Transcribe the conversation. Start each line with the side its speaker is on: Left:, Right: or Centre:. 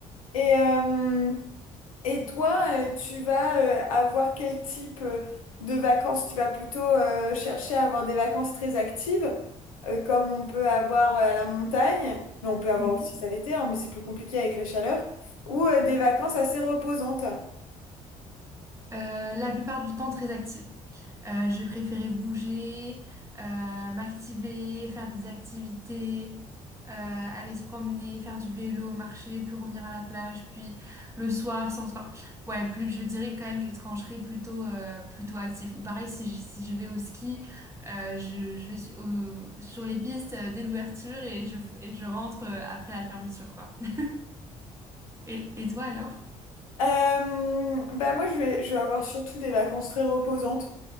Left: Et. euh, Et toi, euh, tu vas euh, avoir quel type euh, de vacances? Tu vas plutôt euh, chercher à avoir des vacances très actives, euh, comme on peut avoir euh, à la montagne, mais on peut avoir
Right: Mhm.
Left: aussi ça l'été, hein, mais c'est plus compliqué avec la chaleur, ou euh, des vacances assez reposantes.
Right: Euh, la plupart du temps très active. Euh, je préférais bouger, euh, m'activer, faire des activités, euh, aller se promener, faire du vélo, marcher, puis revenir à la plage, puis le soir sans... Enfin, ouais, plus, je dirais quand même, je trancherais plutôt, euh, plutôt actif. Ou pareil, si je, si je vais au ski, euh, je, je vais su- au- sur les pistes euh, dès l'ouverture et je, f- et je rentre euh, après la fermeture, quoi. <laughs> Et, et toi alors?
Left: Euh, bah moi, je vais, je vais avoir surtout des vacances très reposantes.